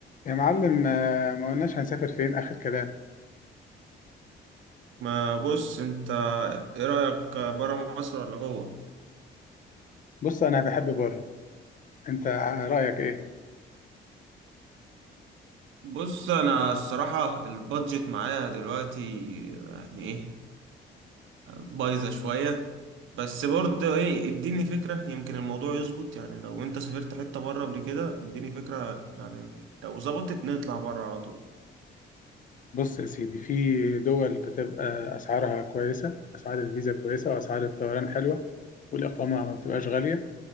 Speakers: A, on the left (about 40°); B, on the right (about 80°).
A: يا معلم آه، ما قلناش هنسافر فين آخر كلام
B: ما بص انت ايه رأيك برا مصر ولا جوه
A: بص أنا بحب بره أنت رأيك إيه؟
B: بص انا الصراحة البادجت معايا دلوقتي يعني ايه بايظة شوية بس برضه ايه اديني فكرة يمكن الموضوع يظبط يعني لو انت سافرت حتة برا قبل كده اديني فكرة يعني لو ظبطت نطلع برا على طول
A: بص يا سيدي في دول بتبقى أسعارها كويسة أسعار الفيزا كويسة وأسعار الطيران حلوة والإقامة ما بتبقاش غالية